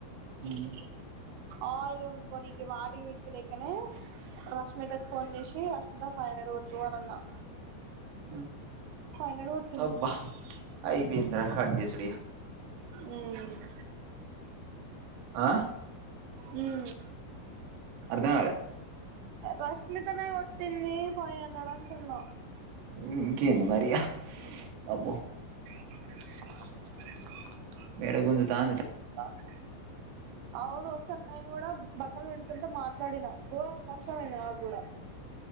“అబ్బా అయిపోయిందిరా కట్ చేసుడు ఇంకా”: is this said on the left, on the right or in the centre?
Right